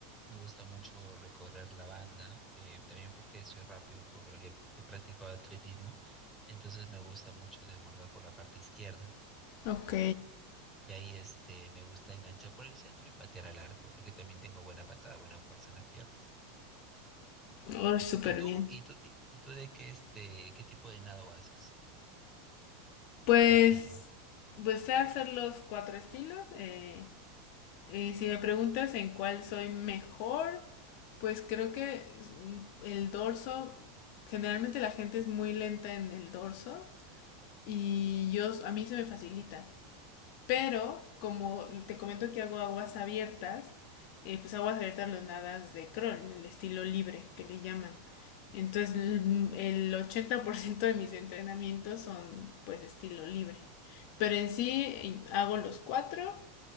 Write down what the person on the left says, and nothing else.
Ok,
oh,
súper
bien.
Pues,
pues sé hacer los cuatro estilos. eh, Eh, si me preguntas en cuál soy mejor, pues creo que el dorso, generalmente la gente es muy lenta en el dorso y yo, a mí se me facilita. Pero como te comento que hago aguas abiertas, eh, pues aguas abiertas los nadas de crawl, en el estilo libre que le llaman. Entonces el 80% de mis entrenamientos son pues estilo libre. Pero en sí hago los cuatro